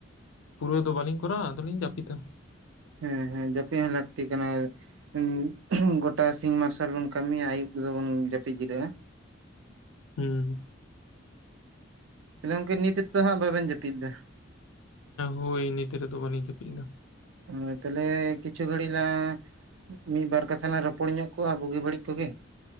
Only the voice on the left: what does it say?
ᱯᱩᱨᱟᱹᱣ ᱫᱚ ᱵᱟᱞᱤᱧ ᱠᱚᱨᱟᱣᱟ ᱟᱫᱚᱞᱤᱧ ᱡᱟᱹᱯᱤᱫᱟ
ᱦᱮᱸ
ᱦᱳᱭ ᱱᱤᱛ ᱨᱮ ᱫᱚ ᱵᱟᱞᱤᱧ ᱡᱟᱯᱤᱫ ᱫᱟ